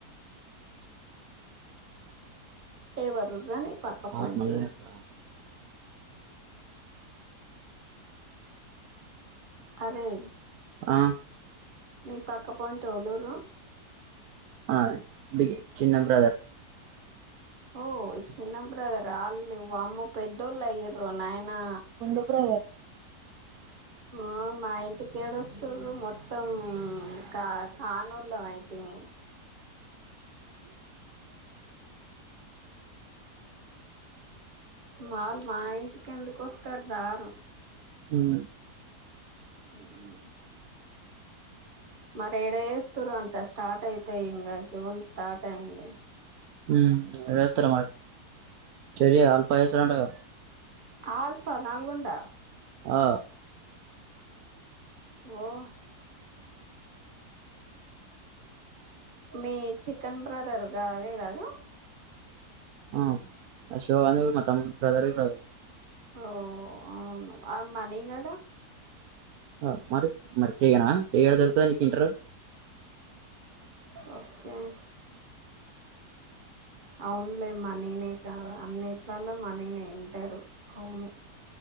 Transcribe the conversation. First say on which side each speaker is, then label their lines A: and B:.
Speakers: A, on the right; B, on the right.
A: ఎవరుర్రా నీ పక్క పొంటి
B: ఆరు నెలలు అయిందా
A: అరే
B: ఆ
A: నీ పక్క పొంటి ఎవలుర్రు
B: ఆ బిగ్ చిన్న బ్రదర్
A: ఓ ఇ చిన్న బ్రదర్ అల్ అమ్ పెద్దోళ్ళ అయిరు నాయనా
B: ఎందుకు రాలే
A: ఆ మా ఇంటి కేడు వస్తురు మొత్తం కా కనూర్ లో అయితే మీ వాళ్ళు మా ఇంటికి ఎందుకు వస్తారు రారు
B: ఉమ్
A: హమ్ మరి ఏడ ఏస్తరు అంట స్టార్ట్ అయితాయి ఇంకా జూన్ స్టార్ట్ అయింది
B: హమ్ ఏడ ఏత్తుర్రో మరి చెరి ఆల్ఫా ఎస్తాదంట గా
A: ఆల్ఫ నల్గొండ
B: ఆ
A: ఓమ్ మీ చికన్ బ్రదర్ గాదె కదు
B: ఆ అశో అను మా తమ్ము బ్రదరు బ్రదర్
A: ఓ అవ్ను ఆ మనీ కదా
B: ఆ మరి మరి ఫ్రీగనా ఫ్రీ దొరుకతదా నీకి ఇంటరు
A: ఆ ఉమ్ అవున్లే మనీనే కాద అన్నిట్లలో మనీనే వింటారు అవును